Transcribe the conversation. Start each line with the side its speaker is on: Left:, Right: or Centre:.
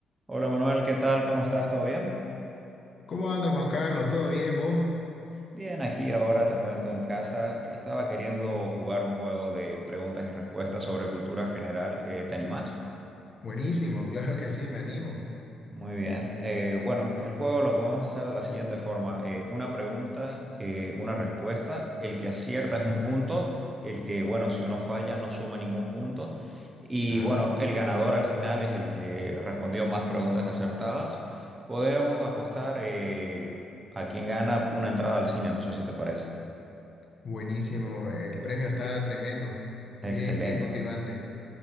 Right: Hola Manuel, ¿qué tal? ¿Cómo estás? ¿Todo bien?
Left: ¿Cómo anda Juan Carlos? ¿Todo bien vos?
Right: Bien, aquí ahora te cuento en casa que estaba queriendo jugar un juego de preguntas y respuestas sobre cultura general. Eh, ¿te animás?
Left: Buenísimo, claro que sí, me animo.
Right: Muy bien. Eh, bueno, el juego lo podemos hacer de la siguiente forma. Eh, una pregunta, eh, una respuesta. El que acierta
Left: Ya,
Right: es un punto. El que, bueno, si uno falla no suma ningún punto. Y
Left: ya.
Right: bueno, el ganador al final es el que respondió más preguntas acertadas. Podemos apostar eh, a quien gana una entrada al cine, no sé si te parece.
Left: Buenísimo, el premio está tremendo. Bien,
Right: Excelente,
Left: bien motivante.